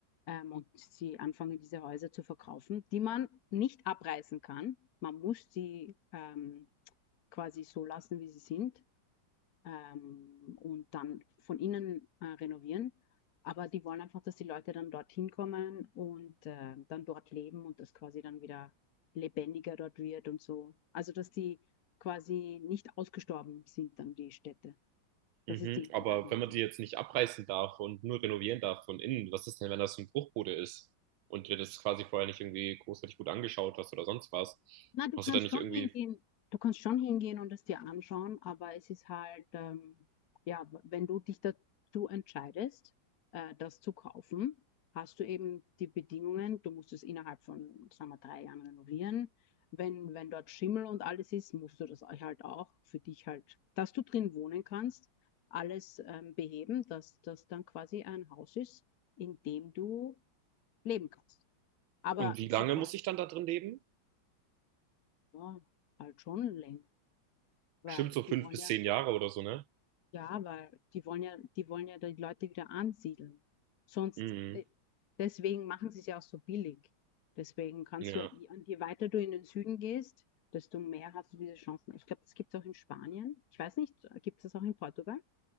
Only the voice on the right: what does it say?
Mhm.
Aber
wenn man die jetzt nicht abreißen darf und nur renovieren darf von innen, was ist denn, wenn das ein Bruchbude ist und dir das quasi vorher nicht irgendwie großartig gut angeschaut hast oder sonst was?
Hast
du dann nicht
irgendwie.
Und wie lange
muss
ich dann da drin leben?
Bestimmt so fünf
bis
zehn Jahre oder so, ne?
Mhm.
Ja.